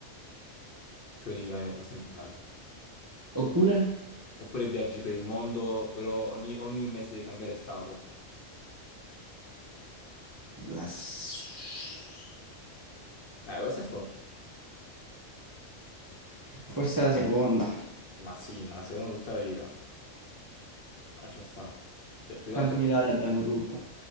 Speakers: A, on the left; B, on the right.
A: Cioè di rimanere per sempre in Italia.
B: Oppure?
A: Oppure viaggi per il mondo, però ogni, ogni mese devi cambiare stato.
B: La s-
A: Eh, questo è forte.
B: Forse la seconda.
A: Ma sì, ma secondo tutta la vita. Lascia sta. Cioè, più che
B: Tanto
A: altro...
B: in Italia abbiamo tutto.